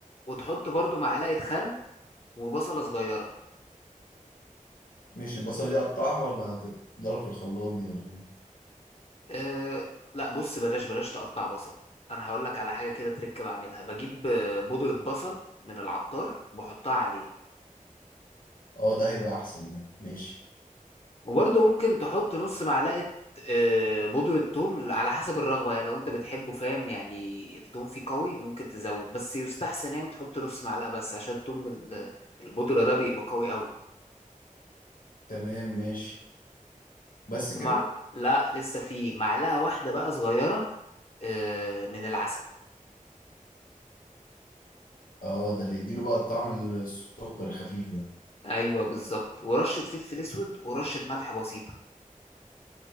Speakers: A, on the left; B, on the left.
A: وتحط برضو معلقه خل وبصله صغيره
B: ماشي البصلة دي اقطعها ولا هتتضرب في الخلاط دي ولا ايه
A: أه لا بص بلاش بلاش تقطع بصل انا هقول لك على حاجه كده تركب بعملها بجيب آه، بودره بصل من العطار وبحطها عليه
B: اه ده هيبقى احسن ده ماشي
A: وبرضه ممكن تحط نص معلقة آه، بودرة توم على حسب الرغبة يعني لو انت بتحبه فاهم يعني التوم فيه قوي ممكن تزود بس يستحسن يعني تحط نص معلقة بس عشان توم ال- البودرة ده بيبقى قوي قوي
B: تمام ماشي بس
A: ومع
B: كده
A: لا لسه فيه معلقة واحدة بقى صغيرة آه، من العسل
B: اه ده اللي يديله بقى الطعم السكر الخفيف ده
A: ايوه بالظبط ورشة فلفل اسود ورشة ملح بسيطة